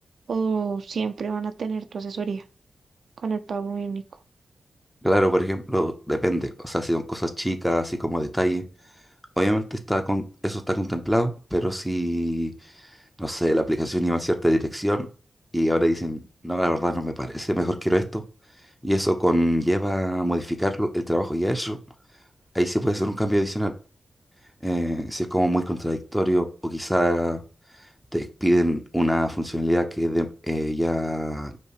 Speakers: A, on the right; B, in the centre.
A: o siempre van a tener tu asesoría con el pago único.
B: Claro, por ejemplo, depende. O sea, si son cosas chicas, así como detalles. Obviamente está con, eso está contemplado, pero si no sé, la aplicación iba en cierta dirección y ahora dicen, no, la verdad no me parece, mejor quiero esto. Y eso conlleva a modificar lo- el trabajo ya hecho. Ahí sí puede ser un cambio adicional. Eh, si es como muy contradictorio o quizá te piden una funcionalidad que de- eh, ya